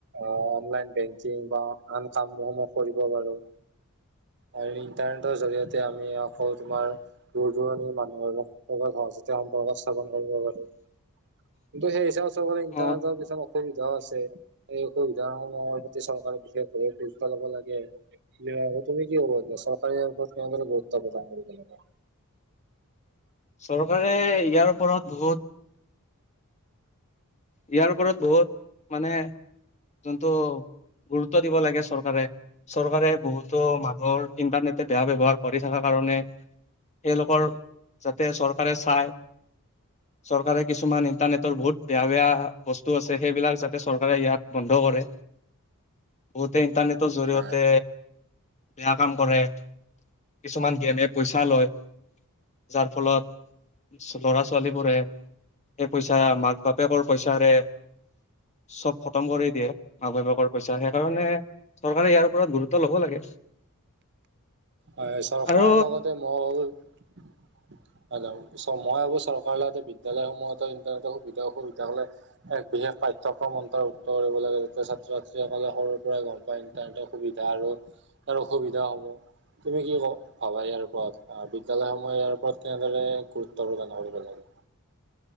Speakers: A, on the right; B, on the left.
A: অনলাইন বেংকিং বা আন কামসমহ কৰিব পাৰো। আৰু ইন্টাৰনেটৰ জৰিয়তে আমি আকৌ তোমাৰ দূৰ দৰণি মানুহৰ লগ। যেতি সম্পৰ স্থাপ কৰিব পাৰো।
B: <unintelligible>
A: কিন্তু সেই হিচাপে চৰকাৰে ইণ্টাৰনেটৰ
B: অ
A: কিছুমান অসুবিধাও আছে স অসুবিধা নৰ প্ৰতি চৰকাৰে। পা ল'ব লাগে। তুমি কি কব যে চৰকাৰে ইয়াৰ পৰত কেনে ধৰে গুৰুত্ব প্ৰদান কৰিব।
B: চৰকাৰে ইয়াৰ ওপৰত বহুত ইয়াৰ ওপৰত বহুত মানে যোনটো গুৰুত্ব দিব লাগে চৰকাৰে। চৰকাৰে বহুতো মানুহৰ ইন্টাৰনেটে বেয়া ব্যয়ৱহাৰ কৰি থকাৰ কাৰণে। তেওঁলোকৰ যাতে চৰকাৰে চায়। চৰকাৰে কিছুমান ইণ্টাৰনেটৰ বহুত বেয়া। বেয়া বস্তু আছে সেইবিলাক যাতে চৰকাৰে ইয়াত বন্ধ কৰে বহুতে ইণ্টাৰনেট, জৰিয়তে
A: হয়।
B: বেয়া। কাম কৰে কিছুমান গীয়ানিয়ে পইচা লয়। যাৰ ফলত ল'ৰা ছোৱালী বোৰে সেই পইচা মাক বাপ বাপেকৰ পইচাৰে চব খতম কৰি দিয়ে মাক বাপেকৰ পইচা সেইকাৰণে। চৰকাৰে ইয়াৰ ওপৰত গুৰুত্ব লব লাগে।
A: হয় চৰকাৰৰ
B: আৰু
A: লগতে মই ভাবো। মই আাবোৰ চৰকাৰৰ লগতে বিদ্যালয়সমূহতো ইন্টাৰনেটৰ সুবিধা অসুবিধা কলে একে বিশেষ পাঠ্যক্ৰম অন্তৰ্ভুক্ত কৰিব লাগে যাতে ছাত্ৰ ছাত্ৰীসকলে সৰুৰ পৰাই গম পায় ইণ্টাৰনেটৰ সুবিধা আৰু। ইয়াৰ অসুবিধাস সমূহ তুমি কি ক ভাবা ইয়াৰ ওপৰত বিদ্যালয়সমূহ ইয়াৰ ওপৰত তেনেদৰে গুৰুত্ব প্ৰদান কৰিব লাগে।